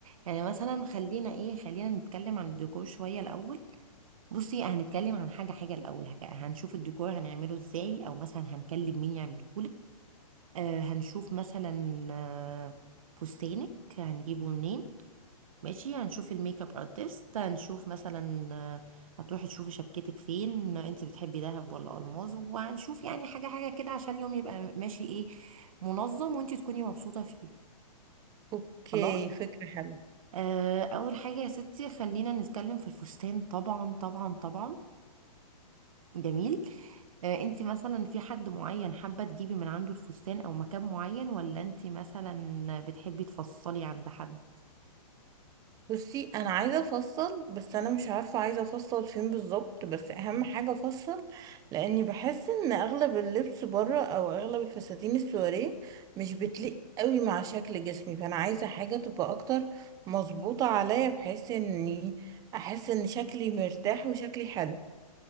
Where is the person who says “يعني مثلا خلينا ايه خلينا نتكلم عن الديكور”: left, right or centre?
Right